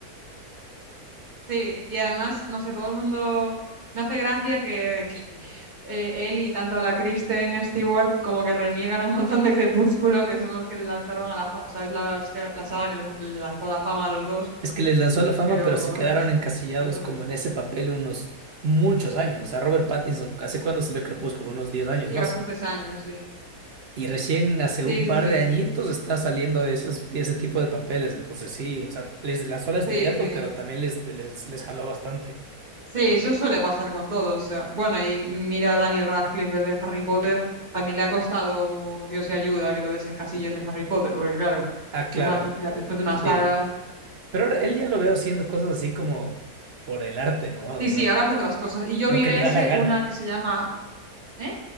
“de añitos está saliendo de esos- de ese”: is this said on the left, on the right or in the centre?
Right